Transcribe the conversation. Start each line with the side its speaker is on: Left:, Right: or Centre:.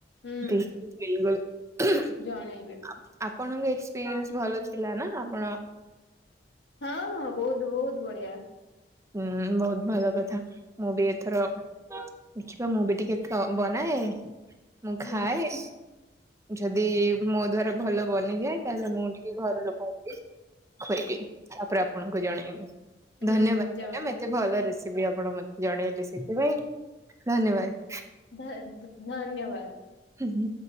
Left: ହୁଁ।
Right: ଦିପ୍ ପିଲୁ ବେଳୁ ହୁଁ ହଁ ହୁଁ
Left: ଜଣେଇବି
Right: ଆ ଆପଣଙ୍କ ଏକ୍ସପେରିଏନ୍ସ ଭଲ ଥିଲା ନା ବଣ
Left: ହଁ ହଁ ବହୁତ ବହୁତ ବଢିଆ।
Right: ହୁଁ ବହୁତ ଭଲ କଥା ମୁଁ ବି ଏଥର ଦେଖିବା ମୁଁ ବି ଟିକେ ଖ ବନାଏ। ମୁଁ ଖାଏ
Left: ହୁଁ
Right: ଯଦି ମୋ ଦ୍ଵାରା ଭଲ ବନିଯାଏ। ତାହେଲେ ମୁଁ ଟିକେ ଘର ଲୋକଙ୍କୁ ବି ଖୁଏଇବି, ତାପରେ ଆପଣଙ୍କୁ ଜଣେଇବି।
Left: ହୁଁ
Right: ଧନ୍ୟବାଦ। ନ
Left: ଜଣେ
Right: ନା ମତେ ଭଲ ରୋଷେ ବି ଆପଣ ମତେ ଜଣେଇଲେ ସେଥିପାଇଁ ଧନ୍ୟବାଦ।
Left: ଧ ଧ ଧନ୍ୟବାଦ। ବଦ
Right: ହୁଁ।